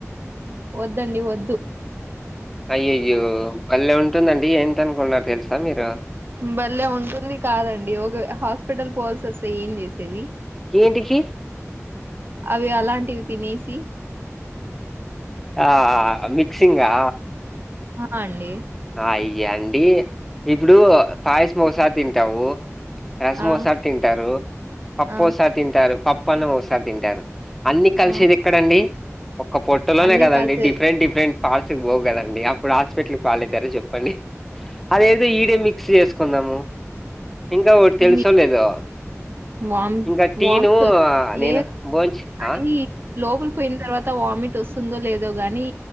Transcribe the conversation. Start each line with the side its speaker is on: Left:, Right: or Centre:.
Right: వద్దండి వద్దు
Centre: అయ్యయ్యో బళ్లేె ఉంటుందండి ఏంట నుకున్నారు తెలుసా మీరు
Right: బల్లె ఉంటుంది కాదండి ఒక హాస్పిటల్ పోవాల్సి వస్తే ఏం చేసేది
Centre: ఏంటికి
Right: అవి అలాంటివి తినేసి
Centre: ఆ మిక్సింగా
Right: ఆ అండి
Centre: అయ్యా అండి ఇప్పుడు పాయసం ఒకసారి తింటావు రసమోసారి
Right: ఆ
Centre: తింటారు పప్పుఒసారి
Right: ఆ
Centre: తింటారు పప్పు అన్నం ఒసారి తింటారు అన్ని కలిసేది
Right: ఆ
Centre: ఎక్కడండి ఒక పొట్టలోనే
Right: అన్నీ
Centre: కదండి
Right: కలిసే
Centre: డిఫరెంట్ డిఫరెంట్ ఆస్తుల్ పోవు కదండి అప్పుడు హాస్పిటల్ కి పాాలయితారు చెప్పండి అదేదో ఈడే మిక్స్ చేసుకుందాము ఇంకా ఒకటి తెలుసో
Right: మీ
Centre: లేదో
Right: వామ్
Centre: ఇంకా టీను
Right: వామిట్ వస్ లేదు
Centre: నేను బోంచ్
Right: కానీ
Centre: ఆ
Right: లోపలి పోయిన తర్వాత వామిట్ వస్తుందో లేదో గాని